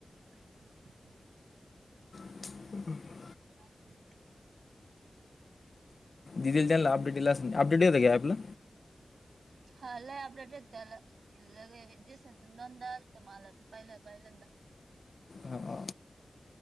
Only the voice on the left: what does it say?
<unintelligible>
दिेल जाल अपडेटला अपडेट येतं काय ॲपला.
हा